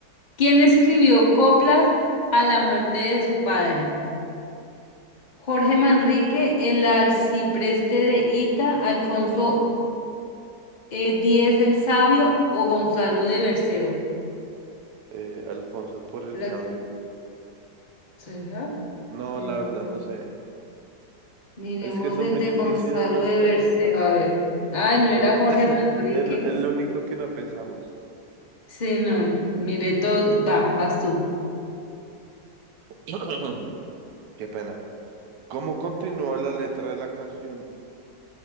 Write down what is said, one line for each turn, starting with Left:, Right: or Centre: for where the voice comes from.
Left: ¿Quién escribió coplas a la muerte de su padre? Jorge Manrique, el arcipreste de Ita, Alfonso eh, X el Sabio o Gonzalo de Berceo.
Right: Eh, Alfonso por
Left: Coplas,
Right: el sabio.
Left: ¿será?
Right: No,
Left: Mira,
Right: la verdad no sé.
Left: miremos
Right: Es que son
Left: el
Right: muy
Left: de
Right: difíciles
Left: Gonzalo
Right: las
Left: de
Right: preguntas.
Left: Berceo, a ver. Ay, no era
Right: O-
Left: Jorge
Right: <laughs>
Left: Manrique.
Right: El, el único que no pensamos.
Left: Sí, no, mire todos. Va, vas tú.
Right: <coughs> <clears throat> Qué pena. ¿Cómo continúa la letra de la canción